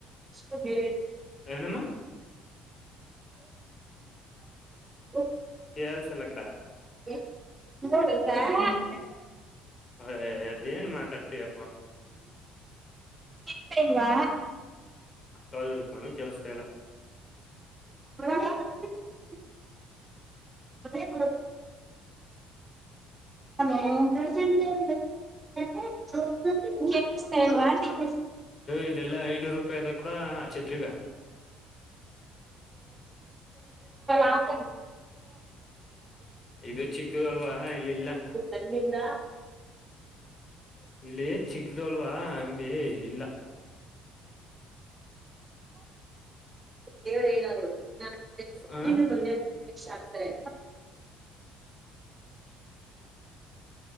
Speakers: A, on the right (about 25°); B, on the left (about 40°).
A: ಸ್ಕೂಟಿ
B: ಏನ ಅಮ್ಮ
A: ಹಾ
B: ಕಲ್ಸಲ್ಲ ಅಕಡ
A: ಹ
B: ಅಯ್ಯಯ್ಯೋ ಅದ ಏನು ಮಾತಾಡ್ತೀಯಪ್ಪ
A: ಸಿಗ್ತಿಲ್ವಾ
B: ಸ್ವಲ್ಪನೂ ಕೇಳ್ತಾ ಇಲ್ಲ
A: ಹ ಅದು ಏನ್
B: ಹೂ
A: ಹೂ ಹಲೋ ಕೇಳ್ತಾ ಇಲ್ವಾ
B: ಇಲ್ಲೆಲ್ಲಾ ಐನೂರು ರೂಪಾಯಿ ಅದ ಕೂಡ ಆ ಛತ್ರಿಗ
A: ಆಫ
B: ಇದು ಚಿಕ್ಕದು ಅಲ್ವಾ ಇಲ್ಲಿ ಇಲ್ಲ
A: ಅಲ್ಲಿಂದ
B: ಇಲ್ಲಿ ಚಿಗ್ದ ಅಲ್ವಾ ಅಂಗಡಿ ಇಲ್ಲ
A: ವಏ
B: ಹ
A: ಮುಂದೆ ಆಗ್ತಾರೆ